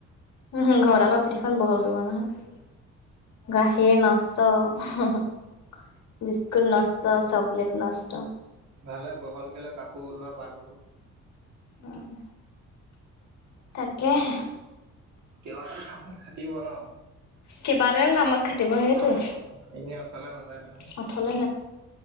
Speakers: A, on the left (about 65°); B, on the right (about 70°).
A: উম, হোঁ ঘৰত আ'ক পিঠিখন বহল কৰিব নহয়। <unintelligible> সেই নষ্ট! <unintelligible> বিস্কুট নষ্ট, চকলেট নষ্ট।
B: ভালে বহল কৰিলে, কাপোৰ ধোৱা পাত হ'ব।
A: অ'! তাকেহে!
B: কিবা এটাটো কামত খাটিব ন'।
A: কিবা এটা কামত খাটিব সেইটোৱে
B: অ'! এনেই অথ'লে নাযায় নহয়।
A: অথলে